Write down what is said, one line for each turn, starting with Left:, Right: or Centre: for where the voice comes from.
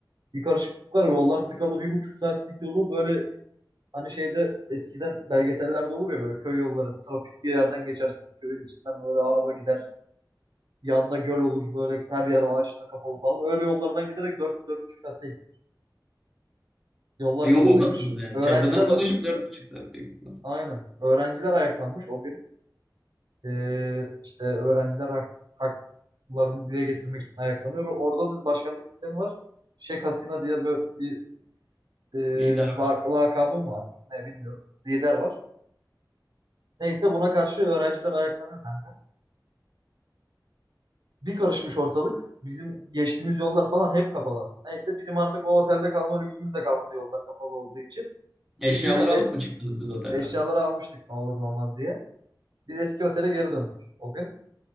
Right: Bir karışıklık var. Yollar tıkalı. Bir buçuk saatlik yolu böyle hani şeyde eskiden belgesellerde olur ya böyle köy yolları. Trafik bir yerden geçersin. Köyün içinden böyle araba gider. Yanda göl olur böyle her yer ağaçla kapalı falan. Öyle yollardan giderek dört 45 saatte gittik. Yollar
Centre: Ha, Yolu
Right: kapalıymış.
Centre: uzattınız yani.
Right: Öğrenciler
Centre: Çevreden dolaşıp dört buçuk saatte gittiniz.
Right: aynen. Öğrenciler ayaklanmış o gün. Ee, işte öğrenciler hak, haklarını dile getirmek için ayaklanıyor. Orada da başkanlık sistemi var. Şeyh Hasina diye böyle bir e,
Centre: Lider.
Right: la- lakabı mı var? Ne bilmiyorum. Lider var. Neyse buna karşı öğrenciler ayaklanıyor kanka. Bir karışmış ortalık. Bizim geçtiğimiz yollar falan hep kapalı. Neyse bizim artık o otelde kalma lüksümüz de kalmadı yollar kapalı olduğu için.
Centre: Eşyaları
Right: Biz yine es
Centre: alıp mı çıktınız siz otelden?
Right: eşyaları almıştık ne olur ne olmaz diye. Biz eski otele geri döndük o gün.